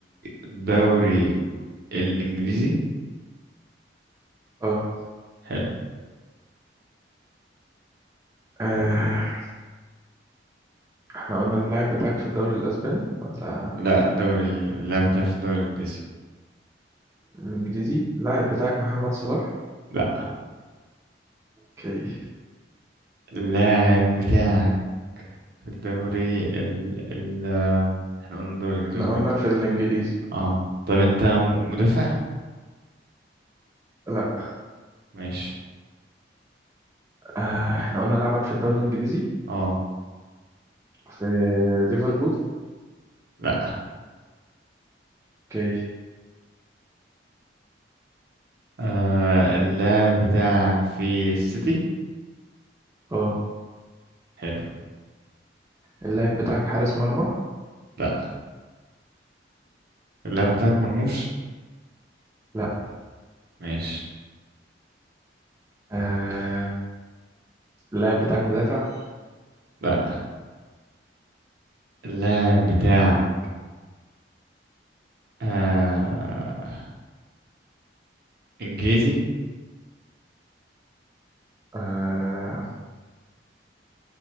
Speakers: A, on the right; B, on the right.
A: الدوري الانجليزي
B: اه
A: حلو
B: آه، احنا قلنا إن اللاعب بتاعك في الدوري الاسباني ولا
A: لا الدوري اللاعب بتاعك في الدوري الانجليزي
B: الانجليزي اللاعب بتاعك محمد صلاح
A: لا
B: اوكي
A: اللاعب بتاعك في الدوري ال ال آه، احنا قلنا الدوري الانجليزي
B: احنا
A: برضه
B: قلنا في الانجليزي
A: اه طب انت م- مدافع
B: لا
A: ماشي
B: آه، احنا قلنا لاعبك في الدوري الانجليزي
A: اه
B: في ليفربول
A: لا
B: اوكي
A: آه اللاعب بتاعك في السيتي
B: اه
A: حلو
B: اللاعب بتاعك حارس مرمى
A: لا اللاعب بتاعك مرموش
B: لا
A: ماشي
B: آه، اللاعب بتاعك مدافع
A: لا اللاعب بتاعك آه انجليزي
B: آه،